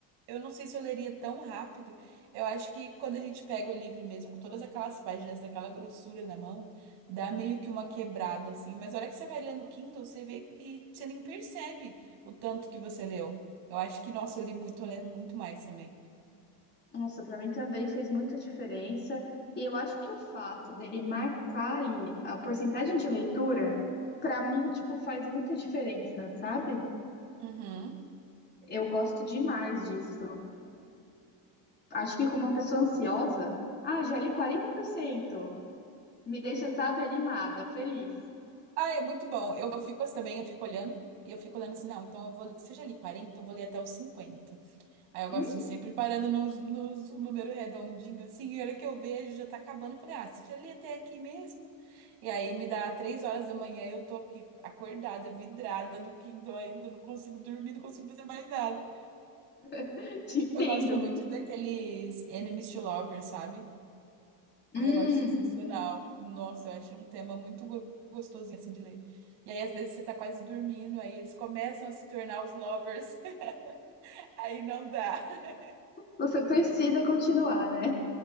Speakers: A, on the right; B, on the left.
A: Eu não sei se eu leria tão rápido. Eu acho que quando a gente pega o livro mesmo, com todas aquelas páginas daquela grossura na mão, dá meio que uma quebrada, assim. Mas a hora que você vai lendo o Kindle, você vê e você nem percebe o tanto que você leu. Eu acho que, nossa, eu li muito, tô lendo muito mais também.
B: Nossa, para mim também fez muita diferença. E eu acho que o fato dele marcar ali a porcentagem de leitura, para mim, tipo, faz muita diferença, sabe?
A: Uhum.
B: Eu gosto demais disso. acho que como uma pessoa ansiosa, ah, já li 40%, Me deixa, sabe, animada, feliz.
A: Ah, é muito bom. Eu, eu fico assim também, eu fico olhando e eu fico olhando assim, não, então eu vou, ler- se eu já li 40, eu vou ler até os 50. Aí eu gosto
B: Hum,
A: de sempre parando nos, nos um número redondinho, assim, e a hora que eu vejo já tá acabando, eu falei, ah, se eu já li até aqui mesmo. E aí me dá três horas da manhã e eu tô aqui acordada, vidrada no Kindle ainda, não consigo dormir, não consigo fazer mais nada.
B: <laughs> te
A: Eu
B: entendo.
A: gosto muito daqueles Enemies to Lovers, sabe?
B: Hum,
A: Ah, eu acho sensacional. Nossa, eu acho um tema muito go- gostosinho assim de ler. E aí, às vezes, você tá quase dormindo, aí eles começam a se tornar os lovers. <laughs> Aí não dá. <laughs>
B: você precisa continuar, né?